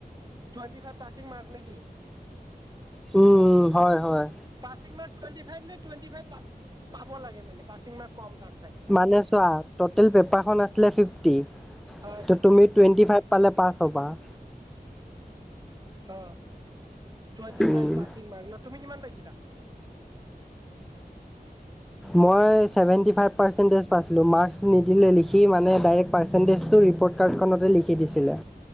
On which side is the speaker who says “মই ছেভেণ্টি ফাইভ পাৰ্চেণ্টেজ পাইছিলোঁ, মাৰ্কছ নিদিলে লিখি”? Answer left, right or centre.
Centre